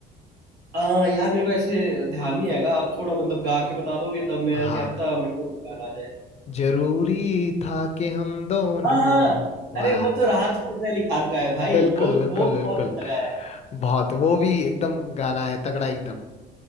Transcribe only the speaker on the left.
हाँ
जरूरी था कि हम दोनों
वाला
बिल्कुल
बिल्कुल
बिल्कुल
बहुत वो भी एकदम गाना है तगड़ा एकदम